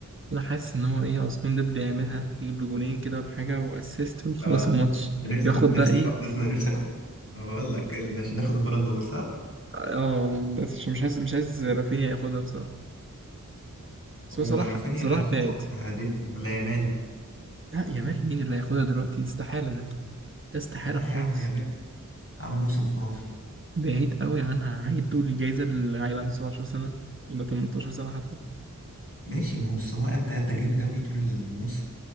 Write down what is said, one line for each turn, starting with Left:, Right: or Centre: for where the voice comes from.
Right: انا حاسس ان هو ايه عثمان ديمبلي يعملها يجيب له جونين كده ولا حاجه واسيست ويخلص
Left: اه
Right: الماتش
Left: ده نفس
Right: ياخد
Left: نفسك
Right: بقى ايه
Left: ده نفسك بقول لك عشان ناخد البالون دور صح؟
Right: اه بس عشان مش عايز مش عايز رافينيا ياخدها بصراحه بس
Left: هو
Right: هو صلاح
Left: رافينيا
Right: صلاح
Left: اللي هياخدها
Right: بعيد
Left: ولا دين ولا يامال؟
Right: لا يامال مين اللي هياخدها دلوقتي استحالة ده ده استحالة
Left: لا
Right: خالص
Left: يا عم يامال عمل موسم خرافي
Right: بعيد قوي عنها هيدوا الجايزة للعيل عنده 17 سنة ولا 18 سنة حتى
Left: ماشي ما هو بس هو أدى أدى جامد أوي طول الموسم